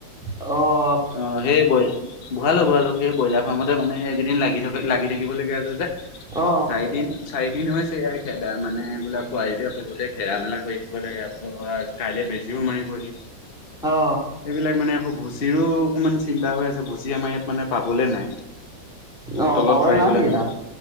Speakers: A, in the centre; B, on the left.
A: অহ
B: অহ, সেই বই ভৰালো- ভৰালো সেই ব্ৰইলাৰ ফাৰ্মতে মানে এইকেইদিন লাগি থকা লাগি থাকিব লগীয়া হৈছে যে
A: অ
B: চাৰিদিন চাৰি দিন হৈছে ইয়াৰ খেদা মানে গোলাপ পোৱালিটোৱে বহুতে খেলা -মেলা কৈ থাকিব লাগে আকৌ কাইলৈ বেজিও মাৰিবহি।
A: অ অ
B: এইবিলাক মানে আকৌ ভূচ ভুজিও অকমান চিন্তা হৈ আছে ভুজি আমাৰ ইয়াত মানে পাবলে নাই।
A: অ
B: তলত
A: পাবলৈ
B: পাৰিবলৈ
A: নাই নেকি
B: মানে
A: তাত